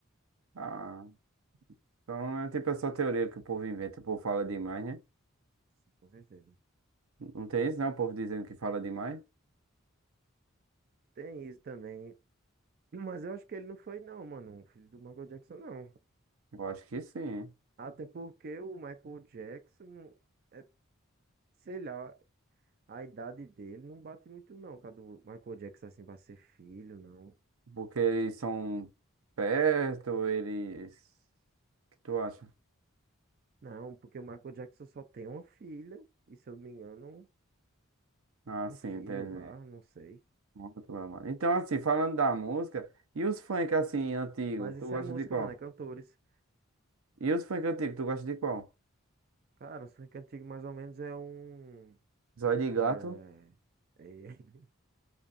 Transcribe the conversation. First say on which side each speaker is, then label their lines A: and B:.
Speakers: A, on the right; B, on the right.
A: Ah, então é tipo essa teoria que o povo inventa, o povo fala demais, né?
B: Sim, com certeza.
A: Não tem isso, né? O povo dizendo que fala demais.
B: Tem isso também. Mas eu acho que ele não foi, não, mano, um filho do Michael Jackson, não.
A: Eu acho que sim, hein?
B: Até porque o Michael Jackson, não- é, sei lá, a idade dele não bate muito, não, com a do Michael Jackson, assim, pra ser filho, não.
A: Porque eles são perto, eles. O que tu acha?
B: Não, porque o Michael Jackson só tem uma filha, e se eu não me engano,
A: Ah,
B: um
A: sim,
B: um filho
A: entendi.
B: lá, não sei.
A: Muito bom, mano. Então, assim, falando da música, e os funk assim, antigos,
B: Mas
A: tu
B: isso
A: gosta
B: é música,
A: de qual?
B: mano, é cantores.
A: E os funk antigos, tu gosta de qual?
B: Cara, o funk antigo mais ou menos é um.
A: Zóio de gato?
B: É. é, <laughs>